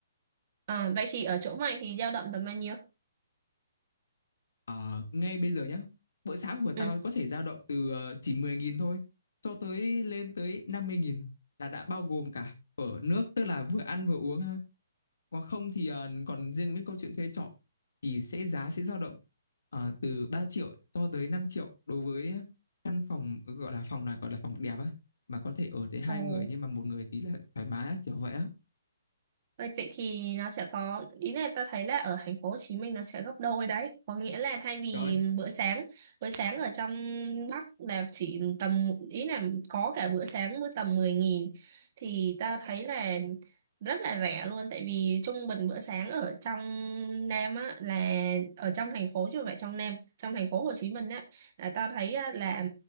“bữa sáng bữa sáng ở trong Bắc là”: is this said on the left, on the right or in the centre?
Right